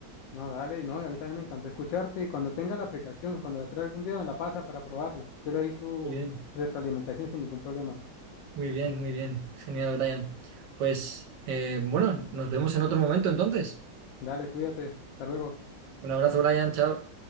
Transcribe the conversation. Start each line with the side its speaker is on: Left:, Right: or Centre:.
Left: No, dale, no, y a mí también me encantó escucharte y cuando tenga la aplicación, cuando la crea algún día me la pasa para probarla. Yo le doy su
Right: Muy bien.
Left: retroalimentación sin ningún problema.
Right: Muy bien, muy bien. Genial, Brian. Pues eh, bueno, nos vemos en otro momento entonces.
Left: Dale, cuídate. Hasta luego.
Right: Un abrazo, Brian. Chao.